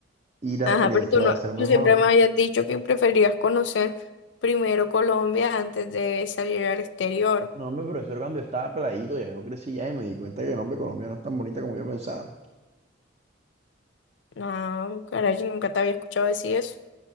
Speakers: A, on the right (about 35°); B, on the left (about 75°).
A: y la
B: Ajá,
A: experiencia
B: pero tú
A: va
B: no,
A: a ser mejor.
B: tú siempre me habías dicho que preferías conocer primero Colombia antes de salir al exterior.
A: No, hombre, pero eso era cuando yo estaba peladito, ya yo crecí ya y me di cuenta que, no, hombre, Colombia no es tan bonita como yo pensaba.
B: No, caray, yo nunca te había escuchado decir eso.